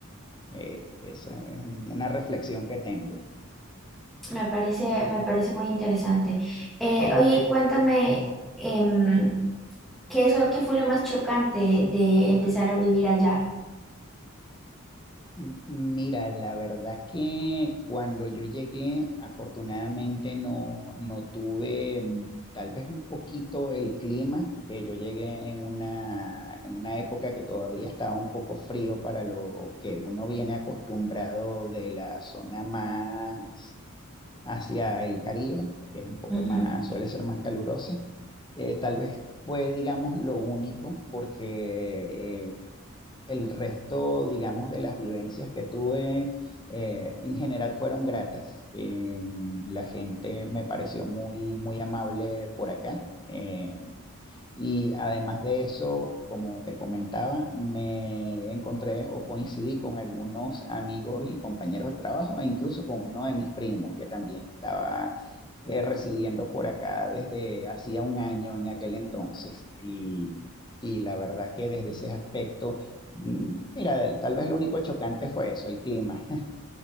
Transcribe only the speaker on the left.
Eh, esa es un- una reflexión que tengo.
M- Mira, la verdad que cuando yo llegué, afortunadamente no, no tuve mm, tal vez un poquito el clima, que yo llegué en una, en una época que todavía estaba un poco frío para lo que uno viene acostumbrado de la zona más hacia el Caribe, que es un poco
más, suele ser más calurosa. Eh, tal vez fue, digamos, lo único, porque el resto, digamos, de las vivencias que tuve eh, en general fueron gratas. Eh, la gente me pareció muy, muy amable por acá. Eh, y además de eso, como te comentaba, me encontré o coincidí con algunos amigos y compañeros de trabajo e incluso con uno de mis primos que también estaba eh, residiendo por acá desde hacía un año en aquel entonces. Y, y la verdad que desde ese aspecto, mm, mira, tal vez lo único chocante fue eso, el clima.